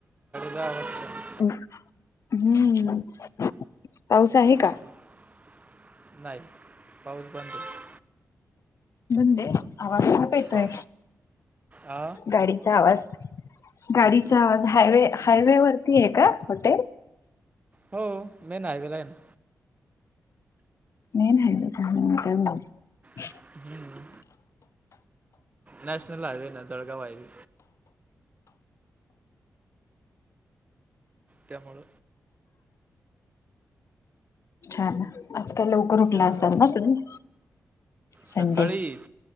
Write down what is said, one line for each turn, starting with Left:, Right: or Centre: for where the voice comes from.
Right: दहा वाजता <unintelligible>
Left: हम्म. पाऊस आहे
Right: चांगलं
Left: का
Right: चांगलं नाही पाऊस बंद आहे.
Left: बंद हे आवाज खूप येतोय
Right: हो आ
Left: गाडी आवाज गाडीचा आवाज हायवे हायवे वरती आहे का कुठे?
Right: हो मेन हायवे ला आहे ना.
Left: मेन हायवे का हा त्यामुळे <unintelligible>
Right: हम् <unintelligible> नॅशनल हायवे ना जळगाव हायवे त्यामुळ.
Left: छान आज काय लवकर उठला
Right: हां
Left: असाल ना तुम्ही? संडे
Right: सकाळीच